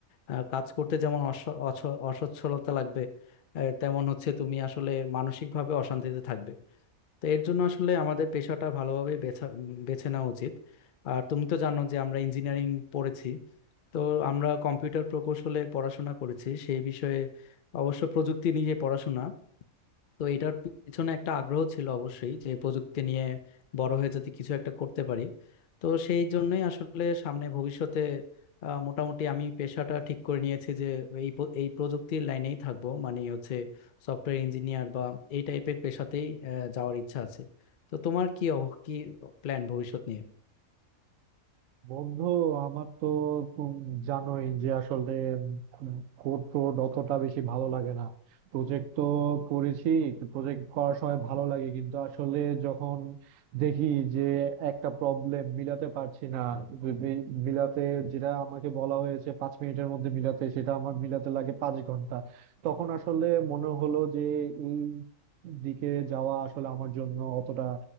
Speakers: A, on the left; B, on the right.
A: আহ, কাজ করতে যেমন অস- অস- অসচ্ছলতা লাগবে আহ, তেমন হচ্ছে তুমি আসলে মানসিকভাবে অশান্তিতে থাকবে তো এর জন্য আসলে আমাদের পেশাটা ভালোভাবে বেছা বেছে নেওয়া উচিত আর তুমি তো জানো যে আমরা ইঞ্জিনিয়ারিং পড়েছি তো আমরা কম্পিউটার প্রকৌশলে পড়াশোনা করেছি সেই বিষয়ে অবশ্য প্রযুক্তি নিয়ে পড়াশোনা তো এটার পিছনে একটা আগ্রহ ছিল অবশ্যই যে প্রযুক্তি নিয়ে বড় হয়ে যাতে কিছু একটা করতে পারি তো সেই জন্যই আসলে সামনে ভবিষ্যতে আহ, মোটামুটি আমি পেশাটা ঠিক করে নিয়েছি যে এই প- এই প্রযুক্তির লাইনেই থাকবো মানে হচ্ছে সফটওয়্যার ইঞ্জিনিয়ার বা এই টাইপের পেশাতেই আহ, যাওয়ার ইচ্ছা আছে তো তোমার কি অব- কি প্ল্যান ভবিষ্যৎ নিয়ে
B: বন্ধু আমার তো তুম- জানোই যে আসলে কোড টোড অতটা বেশি ভালো লাগে না প্রজেক্ট তো করেছি প্রজেক্ট করার সময় ভালো লাগে কিন্তু আসলে যখন দেখি যে একটা প্রবলেম মিলাতে পারছি না বি- বি- মিলাতে যেটা আমাকে বলা হয়েছে পাঁচ মিনিটের মধ্যে মিলাতে সেটা আমার মিলাতে লাগে পাঁচ ঘন্টা তখন আসলে মনে হলো যে এই দিকে যাওয়া আসলে আমার জন্য অতটা